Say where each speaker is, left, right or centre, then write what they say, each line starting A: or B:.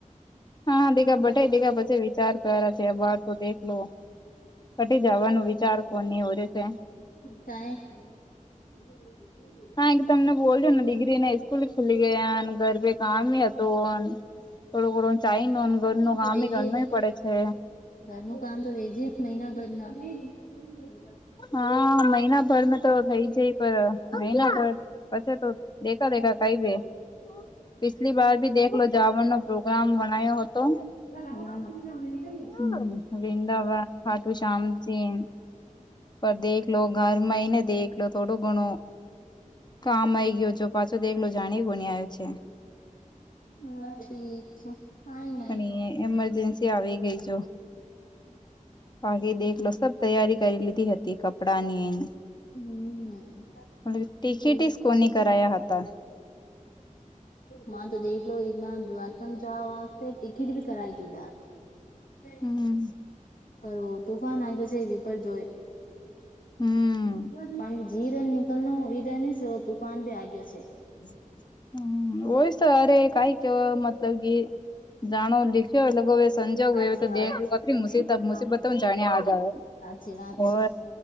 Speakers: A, on the left (about 30°); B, on the left (about 85°).
A: હા હા દીા બ દીખા પછી વિચાર કર્યા છે અાર તો દેખલો ઘટી જવાનું વિચાર કોની ઓરે છે
B: કાય હ
A: હા એક તમને બોલજો ને ડિગ્રીને સ્સ્કૂલ ખુલી ગયા ગરભે કામ હતું થોડો ઘણો ચાઈ ન ઘર નો ગામ
B: તો વેજે
A: ઘર નો કરવો પડે છે
B: ઘરનું કામ તો વેજી મહિનાભર ના
A: હા મહિનાભર મે તો થઈ જાય પણ મહિના ભર પછ તો દેખા દેખા કઈ દે પિછલી બાર ભી દેખલો જાવણ નો પ્રોગ્રામ મનાયો હતો
B: <unintelligible>
A: હમ વૃંદાવન ખાટૂ શામજી પર દેખ લો ઘરમાં હને દેખલો લો થોડો ઘણો કામ આવી ગયો છો પાછો દેખલો જાણી બુની આવ્યો છે
B: હા ઠીક છે કાઈ નઈ
A: પણ એ એમરજન્સી આવી ગઈ જો બાકી દેખલો સબ તૈયારી કરી લીધી હતી કપડાં ની એને
B: હમ
A: મ તીખિટીસ
B: ઠીક
A: કોની
B: છે
A: કરાયા હતા
B: મા તો દેખલો લો એકબર દ્વારકામાં જ વાસ્તે ટિકિટ ભી કરાય જુદા હમ્મ.
A: હમ
B: પર તુફાન આયો છે એ વિપર જોય
A: હમ
B: <inaudible> જીદ નીકળ ન વિદ એવ તુફાન ભી આય ગયો છે
A: <unintelligible> હ હોય તો અરે કઈ કે મતલબ કે જાણો લીખ્યો ગો એવસ સંજ
B: સાચી
A: વ્યો હય તો દત
B: વાત
A: મુસીબત
B: છે
A: મુસીબતને
B: હા
A: જાણ્યા આ
B: સાચી વાત
A: હોવ
B: છે